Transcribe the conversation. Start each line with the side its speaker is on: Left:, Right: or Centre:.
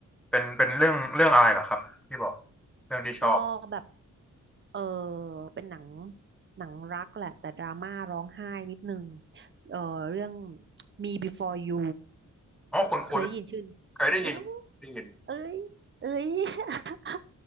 Centre: เป็นเป็นเรื่องเรื่องอะไรเหรอครับที่บอกเรื่องที่ชอบ
Right: ก็แบบเออเป็นหนังหนังรักแหละแต่ดราม่าร้องไห้นิดนึงเออเรื่อง Me Before You
Centre: อ๋อคุ้นๆเคยได้ยินได้ยิน
Right: เคยได้ยินชื่ออู้เอ้ยเอ้ย <laughs>